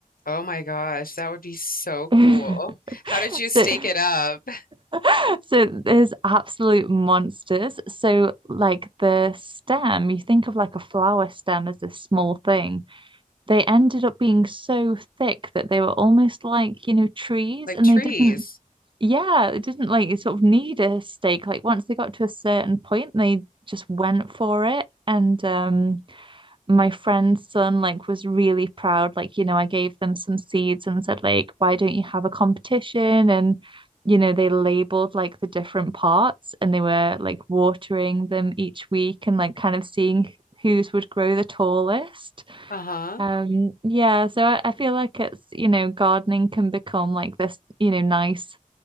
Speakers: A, on the left; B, on the right.
A: Oh my gosh, that would be so
B: <laughs>
A: cool. How did you
B: So
A: stake it up? <laughs>
B: <laughs> So there's absolute monsters. So like the stem, you think of like a flower stem as this small thing. They ended up being so thick that they were almost like, you know, trees
A: Like
B: and
A: trees.
B: they didn't, yeah, they didn't like sort of need a stake. Like once they got to a certain point, they just went for it. And um my friend's son like was really proud like you know I gave them some seeds and said like why don't you have a competition and you know they labeled like the different parts and they were like watering them each week and like kind of seeing whose would grow the tallest
A: Uh-huh.
B: um yeah so I, I feel like it's you know gardening can become like this you know nice